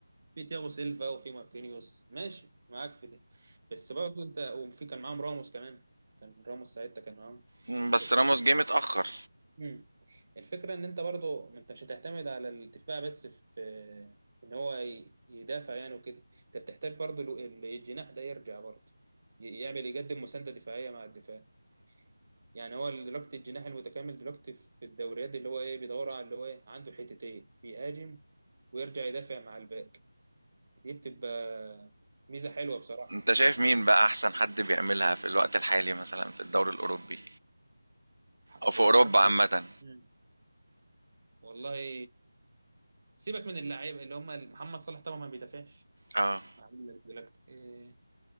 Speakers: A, on the right; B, on the right.
A: في تياغو سيلفا وفي ماركينيوس ماشي معاك في دي بس برضه انت وفي كان معاهم راموس كمان كان راموس ساعتها كان معاهم
B: مم، بس
A: بس
B: راموس جه متاخر
A: مم. الفكرة إن أنت برضو ما أنت مش هتعتمد على الدفاع بس في إن هو ي- يدافع يعني وكده أنت بتحتاج برضو ال- ال- الجناح ده يرجع برضو ي- يعمل يقدم مساندة دفاعية مع الدفاع يعني هو دلوقتي الجناح المتكامل دلوقتي في الدوريات اللي هو إيه بيدور على اللي هو إيه عنده الحتتين بيهاجم ويرجع يدافع مع الباك دي بتبقى ميزة حلوة بصراحة
B: انت شايف
A: يعني
B: مين بقى احسن حد بيعملها
A: أنت
B: في الوقت الحالي مثلا في الدوري الاوروبي
A: الحركة
B: او في اوروبا عامه
A: دي مم. والله سيبك من اللعيبه اللي هم محمد صلاح طبعا ما بيدافعش
B: اه
A: عامل دلوقتي إيه